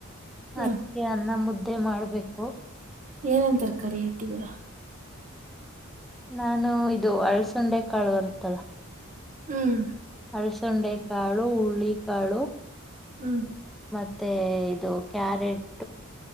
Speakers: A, on the right; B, in the centre.
A: ಹ
B: ಅದ್ಕ್ಕೆ ಅನ್ನ ಮುದ್ದೆ ಮಾಡ್ಬೇಕು
A: ಏನೇನ್ ತರಕಾರಿ ಇಟ್ಟಿದ್ದೀರಾ
B: ನಾನು ಇದು ಅಳ್ಸಂಡೆ ಕಾಳು ಬರುತ್ತಲ್ಲ
A: ಹ್ಮ್
B: ಅಲಸಂದೆ ಕಾಳು ಉಳ್ಳಿಕಾಳು
A: ಹ್ಮ್
B: ಮತ್ತೆ ಇದು ಕ್ಯಾರೆಟ್ಮೂಲ